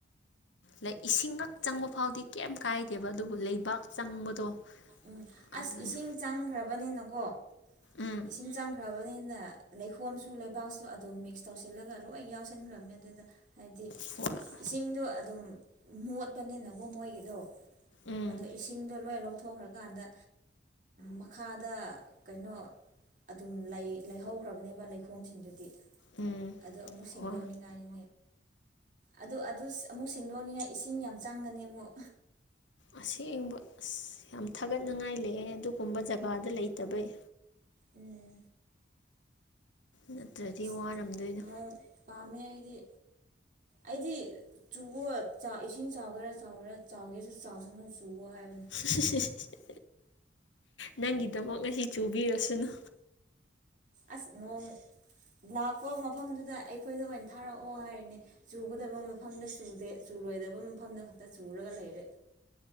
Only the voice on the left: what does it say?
ꯂꯥꯏꯛ ꯏꯁꯤꯡꯒꯛ ꯆꯪꯕ ꯐꯥꯎꯗꯤ ꯀꯩꯝ ꯀꯥꯏꯗꯦꯕ ꯑꯗꯨꯕꯨ ꯂꯩꯕꯥꯛ ꯆꯪꯕꯗꯣ
ꯑꯗꯨꯅ
ꯎꯝ
ꯍꯣꯏ
ꯎꯝ
ꯎꯝ
ꯍꯣꯏ
ꯑꯁꯦꯡꯕ ꯑꯁ ꯌꯥꯝ ꯊꯥꯒꯠꯅꯤꯡꯉꯥꯏ ꯂꯩꯑꯦ ꯑꯗꯨꯒꯨꯝꯕ ꯖꯒꯥꯗ ꯂꯩꯇꯕꯩ
ꯅꯠꯇ꯭ꯔꯗꯤ
ꯋꯥꯔꯝꯗꯣꯏꯗꯨ
<unintelligible> ꯅꯪꯒꯤꯗꯃꯛ ꯉꯁꯤ ꯆꯨꯕꯤꯔꯁꯅꯨ